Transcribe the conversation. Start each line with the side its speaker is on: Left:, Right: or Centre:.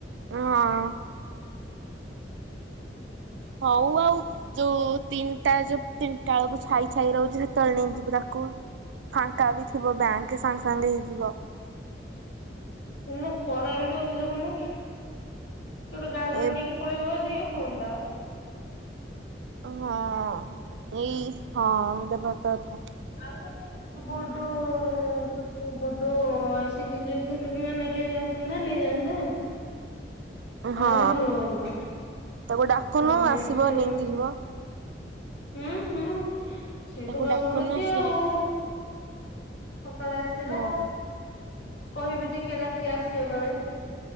Right: ହଁ। ହୋଉ ଆଉ ଯୋଉ ତିନିଟା ଯୋଉ ତିନିଟାବେଳକୁ ଛାଇ ଛାଇ ରହୁଚି। ସେତେବେଳେ ନେଇଯିବୁ ତାକୁ ଫାଙ୍କା ବି ଥିବ ବ୍ୟାଙ୍କ ସାଙ୍ଗେ ସାଙ୍ଗେ ହେଇଯିବ।
Left: ଇଲୋ ଖରା କେମିତି ହୋଉଚି ଦେଖୁନୁ କିଏ ଗୋଟେ ଗାଡିରେ
Right: ଏ
Left: ନେଇକି ପଳେଇବ ଯଦି ହୁଅନ୍ତା।
Right: ହଁ ଏଇ ହଁ ଏଇଟା ପା ସତକଥା।
Left: ଆଳୁ <unintelligible> ଗୁଡୁ <unintelligible> ଗୁଡୁ ଆସିକିରି ଗୁଡୁ କୁ ନା <unintelligible> ନେଇକି ଆସନ୍ତା ନେଇଯାଆନ୍ତା। ତାହେଲେ
Right: ହଁ
Left: ଭଲ ହୁଅନ୍ତା।
Right: ତାକୁ ଡାକୁନୁ
Left: ହଁ ଦେଖେ
Right: ଆସିବ ନେଇକି
Left: ମୁଁ
Right: ଯିବ
Left: ହୁଁ ହୁଁ ସେଇ
Right: ତାକୁ
Left: ଟୋକା
Right: ଡାକୁନୁ
Left: ବୁଲୁଚି
Right: ଆସିକି
Left: ଆଉ।
Right: ନେଇକି
Left: ସକାଳେ ଆସିଥିଲା
Right: ହଁ
Left: କହିବି ଦେଖିଆ ରାତି ଆସିଵ କାଳେ।